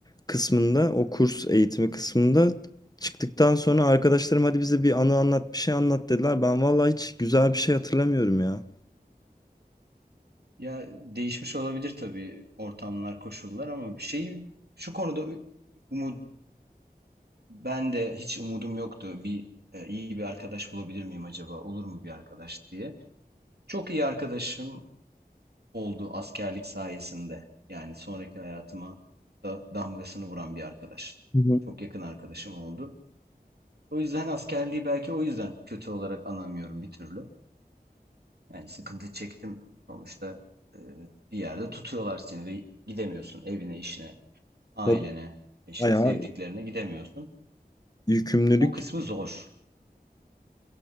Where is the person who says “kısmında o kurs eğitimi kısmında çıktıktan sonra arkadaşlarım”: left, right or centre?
Left